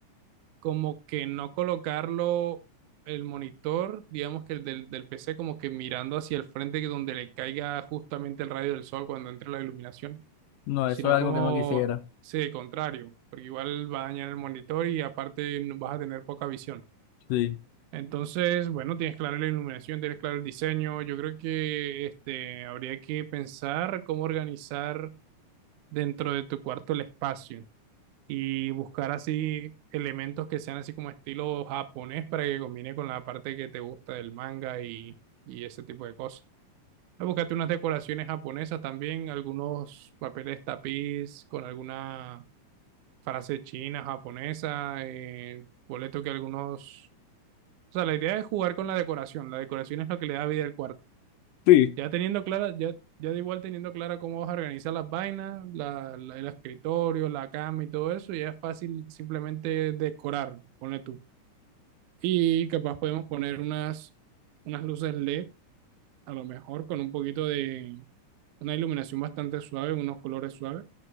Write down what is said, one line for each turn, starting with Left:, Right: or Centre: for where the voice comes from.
Right: como que no colocarlo el monitor, digamos que el del, del PC como que mirando hacia el frente que donde le caiga justamente el rayo del sol cuando entre la iluminación,
Left: No,
Right: sino
Left: eso es algo
Right: como,
Left: que no quisiera.
Right: sí, contrario, porque igual va a dañar el monitor y aparte vas a tener poca visión.
Left: Sí.
Right: Entonces, bueno, tienes claro la iluminación, tienes claro el diseño. Yo creo que este, habría que pensar cómo organizar dentro de tu cuarto el espacio y buscar así elementos que sean así como estilo japonés para que combine con la parte que te gusta del manga y, y ese tipo de cosas. Búscate unas decoraciones japonesas también, algunos papeles tapiz con alguna frase china, japonesa, eh, boleto que algunos o sea, la idea es jugar con la decoración. La decoración es lo que le da vida al cuarto.
Left: Sí,
Right: Ya teniendo clara, ya, ya de igual teniendo clara cómo vas a organizar las vainas, la- la- el escritorio, la cama y todo eso, ya es fácil simplemente decorar, pone tú. Y capaz podemos poner unas, unas luces LED, a lo mejor con un poquito de una iluminación bastante suave, unos colores suaves.